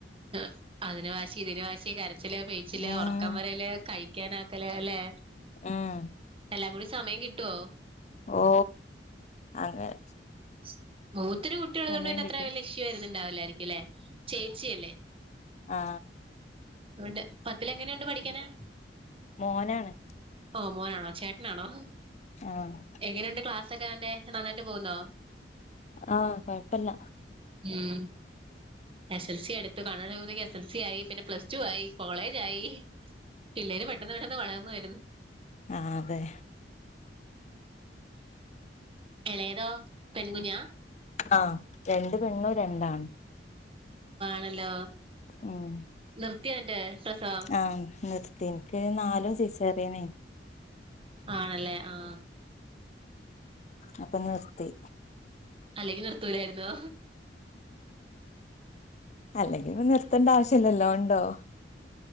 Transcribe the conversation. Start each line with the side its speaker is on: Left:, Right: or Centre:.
Right: ക്.. അതിന് വാശി ഇതിന് വാശി, കര ച്ചില് പിയിച്ചില്
Left: ഉം
Right: ഉറക്കം വരല് കയി ക്കാനാക്കല <unintelligible> എല്ലെ...
Left: ഉം
Right: എല്ലാം കൂടി സമയം കിട്ടുവോ..?
Left: ഓ.. അങ്ങനെ..
Right: <unintelligible> ഒത്തിരി കുട്ടികലള്ണ്ട്ന്ന
Left: സമയം
Right: അത്ര
Left: കിട്ടും
Right: വല്യഷ്യു വരുന്നുണ്ടാവില്ലായിരി ഇല്ലേ? ചേച്ചി അല്ലേ..?
Left: ങാ...
Right: ഉണ്ട്. പത്തിലെങ്ങനെയുണ്ട് പഠിക്കാന്?
Left: മോനാണ്
Right: ങാ.. മോനാണോ.. ചേട്ടനാണോ.. ഹ്ഹ്.
Left: ആഹ്
Right: എങ്ങനെയുണ്ട് ക്ലാസ്സൊക്കെ അവന്റെ...? നന്നാ <unintelligible> പോവുന്നോ
Left: ആഹ് കൊയപ്പല്ല
Right: ഉം എസ്‌ എൽ സി അടുത്ത് കണ്ണ് <unintelligible> എസ് എൽ സി ആയി പിന്നെ പ്ലസ് ടു ആയി കോളേജ് ആയി പിള്ളേര് പെട്ടെന്ന് പെട്ടെന്ന് വളർന്ന് വരു
Left: ആ അതെ
Right: എളേതോ? പെൺകുഞ്ഞാ
Left: ആഹ് രണ്ട് പെണ്ണും രണ്ടാണും.
Right: ഹലോ
Left: ഉം
Right: നി നിർത്തിയോ അന്റെ പ്രസവം
Left: ആഹ് നിർ എനിക്ക് നാലും സിസെറിയാന
Right: ആണല്ലേ ആ
Left: അപ്പൊ നിർത്തി
Right: അല്ലെങ്കി നിർത്തൂലായിരുന്നോ
Left: അല്ലെങ്കി ഇപ്പ നിർത്തേണ്ട ആവശ്യ ഇല്ലല്ലോ ഉണ്ടോ